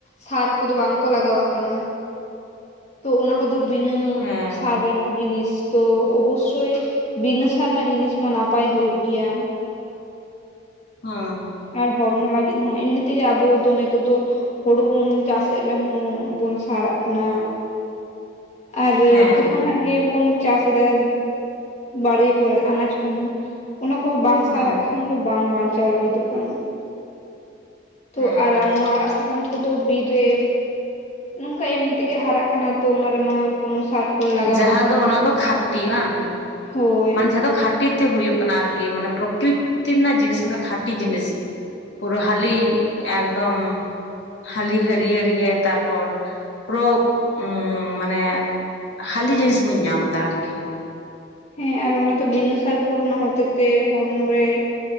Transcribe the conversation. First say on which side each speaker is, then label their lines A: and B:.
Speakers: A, on the left; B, on the left.
A: ᱥᱟᱨ ᱠᱚᱫᱚ ᱵᱟᱝ ᱠᱚ ᱞᱟᱜᱟᱣᱟᱜ ᱠᱟᱱᱟ ᱛᱚ ᱚᱱᱟ ᱦᱚᱫᱚ ᱵᱤᱱᱟᱹ
B: ᱦᱮᱸ
A: ᱥᱟᱨ ᱨᱮᱱᱟᱜ ᱡᱤᱱᱤᱥ ᱛᱚ ᱚᱵᱚᱥᱥᱳᱭ ᱵᱤᱱᱟᱹ ᱥᱟᱨ ᱨᱮᱱᱟᱜ ᱡᱤᱱᱤᱥ ᱢᱟ ᱱᱟᱯᱟᱭ ᱦᱩᱭᱩᱜ ᱜᱮᱭᱟ᱾
B: ᱦᱳ
A: ᱟᱨ ᱦᱚᱲᱢᱚ ᱞᱟᱹᱜᱤᱫ ᱦᱚᱸ ᱮᱢᱱᱤ ᱛᱮᱜᱮ ᱟᱵᱚ ᱫᱚ ᱱᱤᱛᱳᱜ ᱫᱚ ᱦᱩᱲᱩ ᱵᱚᱱ ᱪᱟᱥᱮᱫ ᱨᱮᱦᱚᱸ ᱵᱚᱱ ᱥᱟᱨᱼᱟᱜ ᱠᱟᱱᱟ ᱟᱨ
B: ᱦᱮᱸ
A: ᱡᱟᱦᱟᱱᱟᱜ ᱜᱮ ᱵᱚᱱ ᱪᱟᱥ ᱮᱫᱟ ᱵᱟᱲᱜᱮ ᱠᱚᱨᱮᱫ ᱟᱱᱟᱡ ᱠᱚᱦᱚ ᱚᱱᱟ ᱠᱚᱦᱚᱸ ᱵᱟᱝ
B: ᱦᱩᱸ
A: ᱥᱟᱨᱟᱜ ᱠᱷᱟᱱ ᱫᱚ ᱵᱟᱝ ᱵᱟᱧᱪᱟᱣ ᱞᱟᱹᱜᱤᱫᱚᱜᱼᱟ ᱛᱳ
B: ᱦᱮᱸ
A: ᱟᱨ ᱟᱨ ᱱᱚᱣᱟ ᱟᱲᱟᱜ ᱠᱟᱢ ᱠᱚᱫᱚ ᱵᱤᱨ ᱨᱮ ᱱᱚᱝᱠᱟ ᱮᱢᱱᱤ ᱛᱮᱜᱮ ᱦᱟᱨᱟᱜ ᱠᱟᱱᱟ ᱛᱚ ᱚᱱᱟ ᱨᱮᱢᱟ ᱠᱳᱱᱳ ᱥᱟᱨ ᱠᱷᱳᱞ ᱞᱟᱜᱟᱣ
B: ᱡᱟᱦᱟᱸ
A: ᱵᱟᱝ ᱛᱟᱦᱮᱱ
B: ᱫᱚ
A: ᱠᱟᱱᱟ
B: ᱚᱱᱟ ᱫᱚ ᱠᱷᱟᱴᱤ ᱵᱟᱝ
A: ᱦᱳᱭ
B: ᱢᱟᱱᱮ ᱡᱟᱦᱟᱸ ᱫᱚ ᱠᱷᱟᱴᱤᱴ ᱛᱮ ᱦᱩᱭᱩᱜ ᱠᱟᱱᱟ ᱟᱨᱠᱤ ᱢᱟᱱᱮ ᱯᱨᱚᱠᱨᱤᱛᱤ ᱨᱮᱱᱟᱜ ᱡᱤᱱᱤᱥ ᱢᱟᱱᱮ ᱠᱷᱟᱴᱤ ᱡᱤᱱᱤᱥ᱾ ᱯᱩᱨᱳ ᱦᱟᱞᱤ ᱮᱠᱫᱚᱢ, ᱦᱟᱞᱤ ᱦᱟᱹᱨᱭᱟᱹᱲ ᱜᱮ ᱛᱟᱨᱯᱚᱨ ᱯᱨᱚᱜᱽ ᱚᱻ ᱢᱟᱱᱮᱼᱼ ᱦᱟᱞᱤ ᱡᱤᱱᱤᱥ ᱵᱚᱱ ᱧᱟᱢ ᱫᱟ ᱟᱨᱠᱤ᱾
A: ᱦᱮᱸ ᱟᱨ ᱚᱱᱟ ᱫᱚ ᱵᱤᱱᱟᱹ ᱥᱟᱨ ᱠᱚᱨᱮᱱᱟᱜ ᱦᱚᱛᱮ ᱛᱮ ᱦᱚᱲᱢᱚ ᱨᱮᱼᱼ